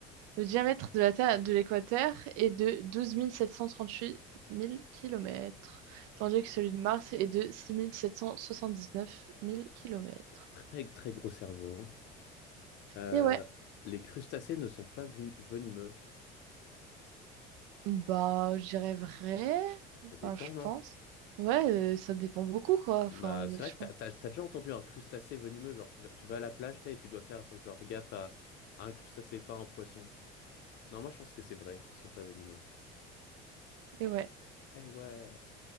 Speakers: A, on the right (about 85°); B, on the left (about 60°).
A: Le diamètre de la Terre de l'équateur est de douze mille sept cent trente-huit mille kilomètres, tandis que celui de Mars est de six mille sept cent soixante-dix-neuf mille kilomètres.
B: Très, très gros cerveau. hein. Euh,
A: Et ouais,
B: les crustacés ne sont pas vu- venimeux.
A: bah, je dirais vrai.
B: Ça
A: Enfin,
B: dépend,
A: je
B: non?
A: pense. Ouais, euh, ça dépend beaucoup, quoi. Enfin,
B: Bah,
A: y
B: c'est
A: a- je
B: vrai que
A: pense.
B: t'as, t'as- t'as déjà entendu un crustacé venimeux, genre tu vas, tu vas à la plage, t'as, et tu dois faire genre gaffe à, à un crustacé, pas un poisson. Non, moi je pense que c'est vrai, ils sont pas venimeux.
A: Et ouais.
B: Eh ouais.